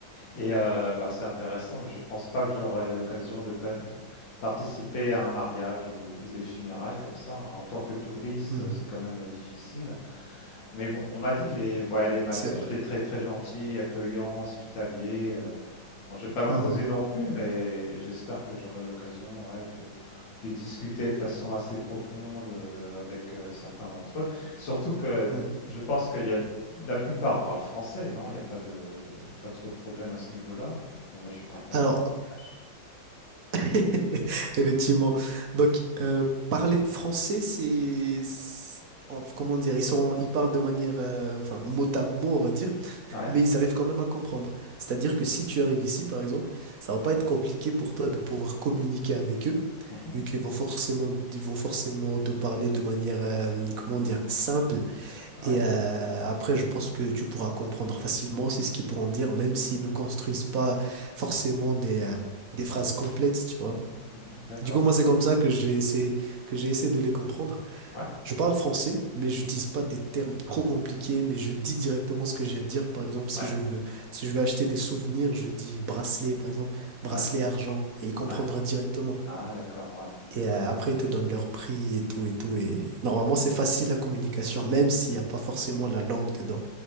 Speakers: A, on the left; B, on the right.
A: Et euh, bah, c'est intéressant, mais je ne pense pas que j'aurai l'occasion de pa- participer à un mariage ou, ou des funérailles comme ça. hein. En tant que touriste,
B: Mhm.
A: euh, c'est quand même euh, difficile. Mais bon, on m'a dit que les, ouais, les Malgaches
B: C'est vrai.
A: étaient très très gentils, accueillants, hospitaliers. euh. Bon, je ne vais pas m'imposer
B: Mhm.
A: non plus, mais j'espère que j'aurai l'occasion ouais, de, de discuter de façon assez profonde euh, avec euh, certains d'entre eux. Surtout que
B: Mhm.
A: je pense qu'il y a la plupart parlent français, non? Il n'y a pas de pas trop de problèmes à ce niveau-là. Mais moi, je parle pas
B: Alors,
A: du tout malgache.
B: <laughs> effectivement. Donc, euh, parler français, c'est, c'est- en- comment dire, ils sont, ils parlent de manière, euh, enfin, mot à mot, on va dire,
A: Ouais.
B: mais ils arrivent quand même à comprendre. C'est-à-dire que si tu arrives ici, par exemple, ça va pas être compliqué pour toi de pouvoir communiquer avec eux,
A: Mhm.
B: vu qu'ils vont forcément, ils vont forcément te parler de manière, euh, comment dire, simple.
A: Ouais.
B: Et euh, après, je pense que tu pourras comprendre facilement, c'est ce qu'ils pourront dire, même s'ils ne construisent pas forcément des, euh, des phrases
A: Ouais.
B: complètes, tu vois.
A: Mhm. Mhm. D'accord.
B: Du coup, moi, c'est comme ça que j'ai essayé, que j'ai essayé de les comprendre.
A: Ouais.
B: Je parle français, mais j'utilise
A: Mhm.
B: pas des termes trop compliqués, mais je dis directement ce que j'ai à dire. Par exemple, si
A: Ouais.
B: je veux, si je veux acheter des souvenirs, je dis bracelet, par exemple, bracelet
A: Ouais.
B: argent, et il comprendra
A: Ouais.
B: directement.
A: Ah, d'accord. Ouais.
B: Et euh,
A: D'accord.
B: après, ils te donnent leur prix et tout et tout. Et normalement,
A: Ouais.
B: c'est facile la communication, même s'il n'y a pas forcément la langue dedans.